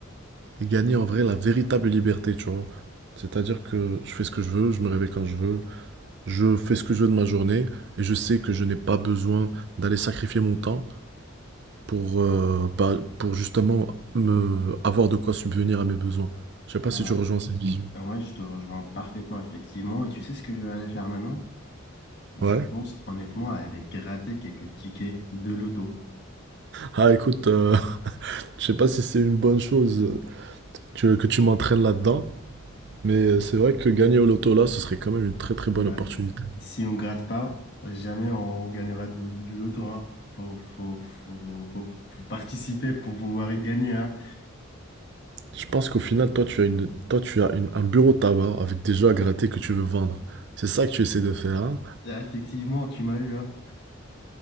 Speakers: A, on the right; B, on the left.
A: et gagner en vrai la véritable liberté, tu vois. C'est-à-dire que je fais ce que je veux, je me réveille quand je veux, je fais ce que je veux de ma journée et je sais que je n'ai pas besoin d'aller sacrifier mon temps pour, euh, bah, pour justement me avoir de quoi subvenir à mes besoins. Je sais
B: Voilà.
A: pas si tu rejoins cette vision.
B: Ouais, je te rejoins parfaitement, effectivement. Et tu sais ce que je vais aller faire maintenant? Je
A: Ouais.
B: pense honnêtement à aller gratter quelques tickets de loto.
A: Ah écoute, euh, <laughs> je sais pas si c'est une bonne chose euh, que, que tu m'entraînes là-dedans, mais c'est vrai que gagner au loto là, ce serait quand même une très très bonne
B: Bah,
A: opportunité.
B: si on gratte pas, jamais on gagnera du, du loto, hein. Faut, faut, faut, faut, faut participer pour pouvoir y gagner, hein.
A: Je pense qu'au final, toi tu as une, toi tu as une- un bureau de tabac avec des jeux à gratter que tu veux vendre. C'est ça que tu essaies de faire, hein.
B: Ah, effectivement, tu m'as eu, hein.